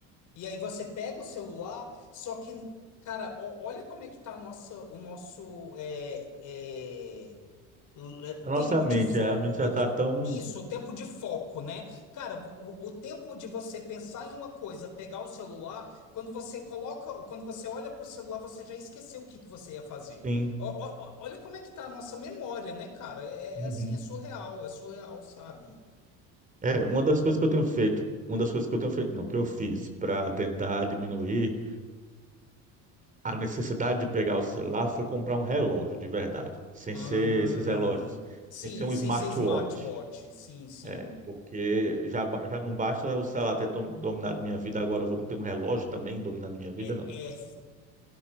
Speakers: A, on the left; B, on the right.
A: E aí você pega o celular, só que, cara, ó- olha como é que tá a nossa, o nosso é, é, é,
B: A nossa
A: Tempo
B: mente,
A: de foco.
B: a mente
A: O
B: já tá
A: te-
B: tão.
A: Isso, o tempo de foco, né? Cara, o, o tempo de você pensar em uma coisa, pegar o celular, quando você coloca, quando você olha para o celular, você já esqueceu o que que você ia fazer.
B: Sim.
A: Ó- ó- ó- olha como é que tá a nossa memória, né, cara? É,
B: Uhum.
A: é assim, é surreal, é surreal, sabe?
B: É, uma das coisas que eu tenho feito, uma das coisas que eu tenho feito, não, que eu fiz para tentar diminuir a necessidade de pegar o celular foi comprar um relógio de verdade, sem
A: Ah,
B: ser esses relógios,
A: sim,
B: sem ser um
A: sem
B: smartwatch.
A: ser smartwatch, sim, sim.
B: É, porque já, ba- já não basta o celular ter tom- dominado minha vida, agora eu vou ter um relógio também dominando minha vida,
A: É,
B: não.
A: é,